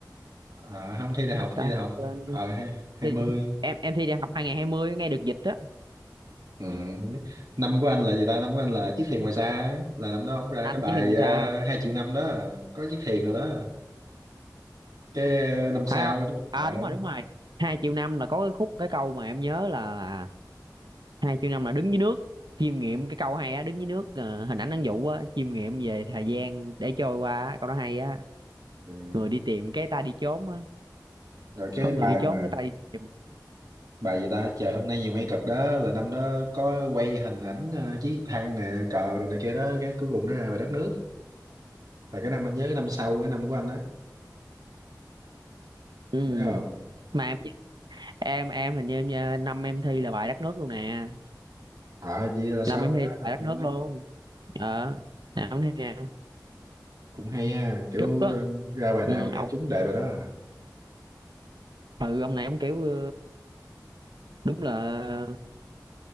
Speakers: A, on the right; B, on the right.
A: à, không thi đại học
B: ta
A: thi đại học
B: quên
A: ờ
B: chứ.
A: hai hai
B: thi,
A: mươi
B: thi- em em thi đại học hai hai nghìn hai mươi ngay được dịch á
A: ừ, không biết. năm của anh là gì ta năm của anh là chiếc thuyền ngoài xa á. là năm đó ông ra
B: anh
A: cái bài
B: chỉ hiền
A: ờ,
B: xa
A: hai triệu năm đó có chiếc thuyền rồi đó cái ờ, năm sau
B: phải không
A: đó, ờ,
B: à đúng rồi đúng rồi hai triệu năm là có cái khúc cái câu mà em nhớ là, là hai triệu năm là đứng dưới nước chiêm nghiệm cái câu hay á đứng dưới nước ờ, hình ảnh ăn dụ á chiêm nghiệm về thời gian để trôi qua á, câu đó hay á
A: ừ.
B: người đi tìm cái ta đi trốn á
A: rồi cái
B: có người
A: bài
B: đi
A: mà
B: trốn cái ta đi tìm
A: bài gì ta trời hôm nay nhiều mây cực đó là năm đó có quay hình ảnh ờ, chiếc thăng nè cờ rồi này kia đó cái cuối cùng nó ra bài đất nước là cái năm anh nhớ cái năm sau cái năm của anh đó
B: ừ
A: Đúng không?
B: mà em em em hình như em, năm em thi là bài đất nước luôn nè
A: Ờ, vậy là sau
B: năm em thi
A: đó
B: là bài
A: năm
B: đất nước
A: đó
B: luôn ờ năm em thi nè
A: cũng hay ha, kiểu
B: Trúc đó,
A: đơn, ra bài
B: ừ,
A: nào cái
B: ông
A: trúng đề bài đó à.
B: ừ ông này ông kiểu ờ, đúng là